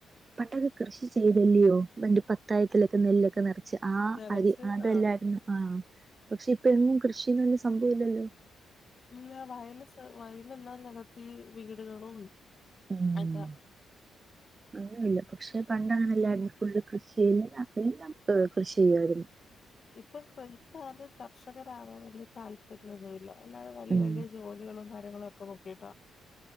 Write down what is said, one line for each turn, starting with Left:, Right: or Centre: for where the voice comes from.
Right: പണ്ടൊക്കെ കൃഷി ചെയ്തല്ലയോ പണ്ട് പത്തായത്തിലൊക്കെ നെല്ലൊക്കെ നിറച്ച് ആ
Left: നിറച്ച്
Right: അരി അതല്ലായിരുന്നു
Left: ആഹ്
Right: ആഹ് പക്ഷെ ഇപ്പൊ എങ്ങും കൃഷിന്നുള്ള സംഭവല്ലല്ലോ
Left: ഇല്ല വയലെ സ് വയലെല്ലാം നിരത്തി വീടുകളും
Right: ഉം
Left: അതാ
Right: അങ്ങനല്ല പക്ഷെ പണ്ട് അങ്ങനെല്ലായിരുന്നു ഫുള് കൃഷി എല്ലാം കപ്പിം <unintelligible> കൃഷി ചെയ്യായിരുന്നു
Left: ഇപ്പൊപ്പൊ ഇപ്പ കർഷകരാകൻ വല്യതാല്പര്യൊന്നുല്ല എല്ലാരും വല്യ
Right: ഉം
Left: വല്യ ജോലികളും കാര്യങ്ങളും ഒക്കെ നോക്കിട്ടാ